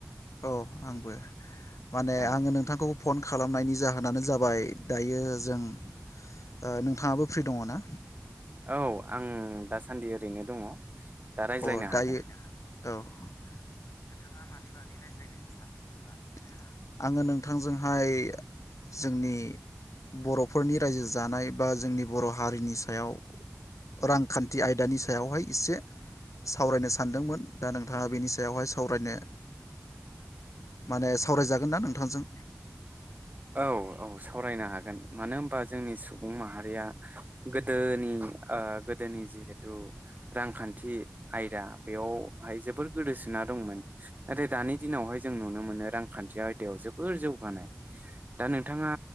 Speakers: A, on the left (about 75°); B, on the right (about 35°).
A: औ आंबो माने
B: औ
A: आङो नोंथांखौ फन खालामनायनि जा होनानो जाबाय दायो जों ओ नोंथाङाबो फ्रि दङ ना
B: औ आं दासान्दि ओरैनो दङ दा रायज्लायनो
A: अ दायो
B: हागोन
A: औ नोंथाङा मानि बागै रायजायनो सानदोंमोनबा आङो नोंथांजोंहाय जोंनि बर'फोरनि रायजो जानाय बा जोंनि बर' हारिनि सायाव रांखान्थि आयदानि सायावहाय एसे सावरायनो सानदोंमोन दा नोंथाङा बेनि सायावहाय सावरायनो माने सावरायजागोन ना नोंथांजों
B: औ औ सावरायनो हागोन मानो होमबा जोंनि सुबुं माहारिया गोदोनि ओ गोदोनि जिहेथु रांखान्थि आयदा बेयावहाय जोबोर गोदोसोना दंमोन नाथाय दानि दिनावहाय जों नुनो मोनो रांखान्थि आयदायाव जोबोर जौगानाय दा नोंथाङा